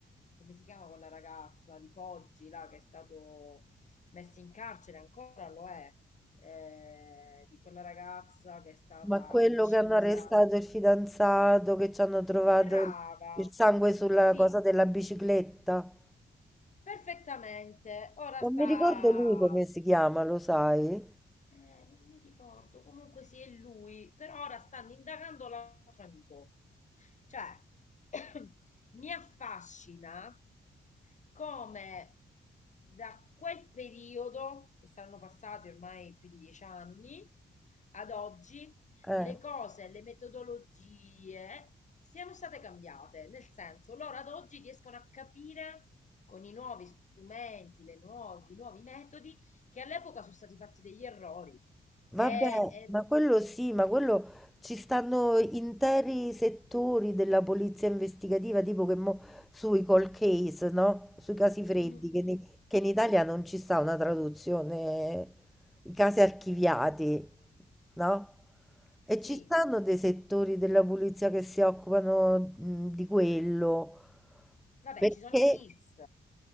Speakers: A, on the left; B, in the centre.
A: come si chiama quella ragazza di Poggi, là, che è stato messo in carcere, ancora lo è, eh, di quella ragazza che è stata
B: Ma quello
A: uccisa.
B: che hanno arrestato il fidanzato, che ci hanno trovato
A: Brava,
B: il sangue sulla
A: sì,
B: cosa della bicicletta.
A: perfettamente. Ora
B: Non
A: sta,
B: mi ricordo lui come si chiama, lo sai?
A: eh, non mi ricordo, comunque sì, è lui, però ora stanno indagando l'altro amico. Cioè, <coughs> mi affascina come da quel periodo, che saranno passati ormai più di dieci anni, ad oggi,
B: Eh,
A: le cose, le metodologie siano state cambiate. Nel senso, loro ad oggi riescono a capire con i nuovi strumenti, le nuovi, i nuovi metodi, che all'epoca sono stati fatti degli errori.
B: Vabbè,
A: E, e-
B: ma quello sì, ma quello ci stanno interi settori della polizia investigativa, tipo che mo, sui cold case, no? Sui casi freddi,
A: mm,
B: che,
A: mm,
B: ni- che in Italia non ci sta una traduzione, i casi archiviati, no? E
A: sì,
B: ci stanno dei settori della polizia che si occupano, mh, di quello,
A: vabbè,
B: perché
A: ci sono i RIS.